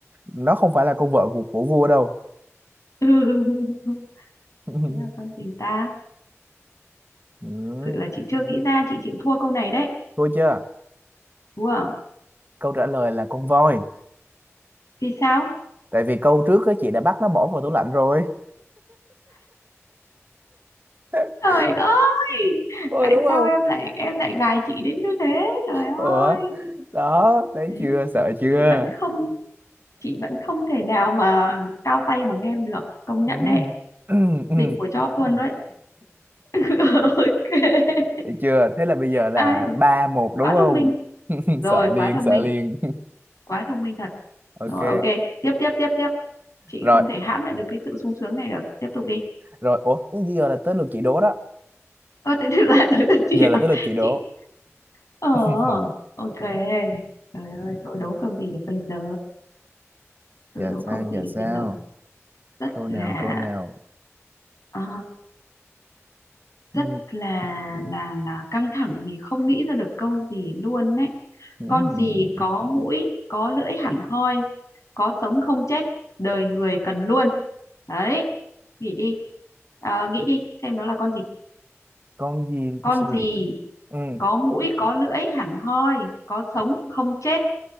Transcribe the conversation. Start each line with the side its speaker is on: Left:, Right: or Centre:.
Right: nó không phải là con vợ của của vua đâu.
Left: ừ.
Right: <laughs>
Left: thế là con gì ta
Right: Ừ.
Left: thực sự là chị chưa nghĩ ra chị chịu thua câu này đấy
Right: Thôi chưa?
Left: Ủa,
Right: câu trả lời là con voi
Left: vì sao?
Right: tại vì câu trước á chị đã bắt nó bỏ vào tủ lạnh rồi <laughs>
Left: Trời ơi,
Right: ôi
Left: tại
Right: đúng không
Left: sao em lại em lại gài chị đến như thế? Trời
Right: ủa
Left: ơi,
Right: đó thấy
Left: thế
Right: chưa sợ chưa
Left: chị vẫn không chị vẫn không thể nào mà cao tay bằng em được, công nhận
Right: ừ.
Left: đấy,
Right: <clears throat> Ừ, ừ.
Left: đỉnh của chóp luôn đấy. <laughs> Ok,
Right: thấy chưa thế là bây giờ là
Left: ai mà
Right: ba một
Left: quá
Right: đúng không
Left: thông minh,
Right: <laughs>
Left: rồi
Right: sợ
Left: quá
Right: liền
Left: thông
Right: sợ
Left: minh,
Right: liền
Left: quá thông minh thật.
Right: <laughs> ok
Left: Rồi ok, tiếp tiếp tiếp tiếp, chị
Right: rồi
Left: không thể hãm lại được cái sự sung sướng này được, tiếp tục đi.
Right: rồi ủa giờ là tới lượt chị đố đó
Left: Ơ thế thì là <laughs> tới lượt chị
Right: giờ là
Left: à?
Right: tới lượt chị đố
Left: Chị Ờ,
Right: <clears throat>
Left: ok. Trời ơi, tôi đố câu gì được bây giờ? Tôi
Right: giờ
Left: đố
Right: sao
Left: câu gì
Right: giờ
Left: được
Right: sao
Left: bây giờ? Rất
Right: câu
Left: là
Right: nào câu nào
Left: ờ, rất
Right: ừ.
Left: là là là căng thẳng vì không nghĩ ra được câu gì luôn đấy.
Right: Ừ.
Left: Con gì
Right: ừ.
Left: có mũi, có lưỡi hẳn hoi, có sống không chết, đời người cần luôn. Đấy, nghĩ đi. Ờ, nghĩ đi, xem nó là con gì.
Right: con gì
Left: Con
Right: ta sẽ
Left: gì
Right: ừ.
Left: có mũi, có lưỡi hẳn hoi, có sống không chết,